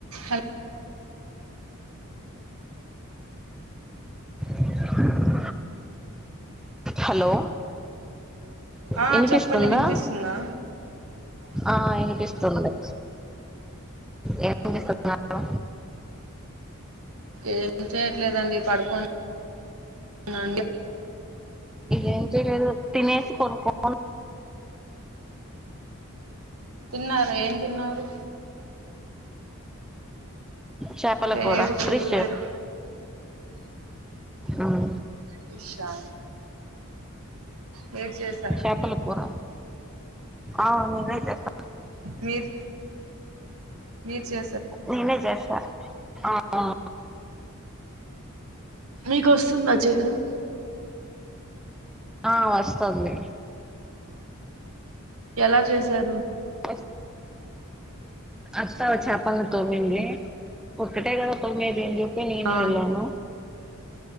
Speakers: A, on the right (about 80°); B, in the centre.
A: Hello
B: అ hello
A: ఆ
B: వినిపిస్తుందా
A: చెప్పండి వినిపిస్తుందా
B: ఆ వినిపిస్తుంది వినిపిస్తున్నారు
A: ఏం చేయట్లేదండి పడుకొని ఉన్నా
B: ఏం చేలేదు తినేసి పనుకోనున్నాను
A: తిన్నారా ఏం తిన్నారు
B: చేపల
A: లేదు
B: కూర
A: తినలేదు
B: ఫ్రిష్ అవు
A: పిషా వేడి చేసి
B: చేపల కూర ఆ నువ్వే చెప్పా
A: మీర్ మీరు చే
B: నేనే చేస్తా అవును
A: మీకు వస్తుందా చేయడం
B: ఆ వస్తుంది
A: ఎలా చేసారు
B: వస్ అత్త చేపల్ని తోమ్మింది ఒక్కటే కదా తోమ్మేది అని చెప్పి నేను
A: ఆ
B: వెళ్ళాను